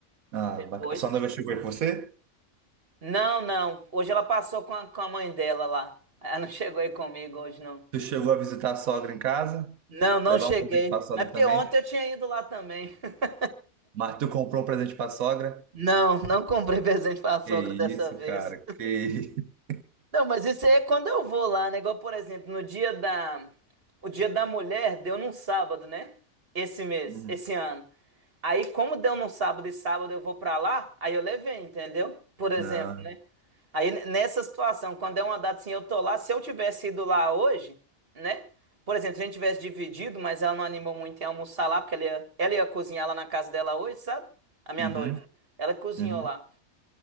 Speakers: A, on the right; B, on the right.
A: Ah,
B: Depois.
A: bacana. Sua noiva chegou aí com você?
B: Não, não. Hoje ela passou com a, com a mãe dela lá. Ela não chegou aí comigo hoje, não.
A: Tu chegou a visitar a sogra em casa?
B: Não, não
A: Levar
B: cheguei.
A: um presente pra sogra
B: Mas porque
A: também?
B: ontem eu tinha ido lá também. <laughs>
A: Mas tu comprou um presente pra sogra?
B: Não, não comprei <laughs> presente pra sogra
A: Que isso,
B: dessa vez.
A: cara, que isso. <laughs>
B: Não, mas isso aí é quando eu vou lá, né? Igual, por exemplo, no dia da... O dia da mulher deu num sábado, né? Esse mês,
A: Hum,
B: esse ano. Aí, como deu num sábado e sábado eu vou pra lá, aí eu levei, entendeu? Por exemplo,
A: Não.
B: né? Aí, n- nessa situação, quando é uma data assim, eu tô lá, se eu tivesse ido lá hoje, né? Por exemplo, se a gente tivesse dividido, mas ela não animou muito em almoçar lá, porque ela ia, ela ia cozinhar lá na casa dela hoje, sabe? A minha
A: Uhum,
B: noiva. Ela cozinhou
A: uhum.
B: lá.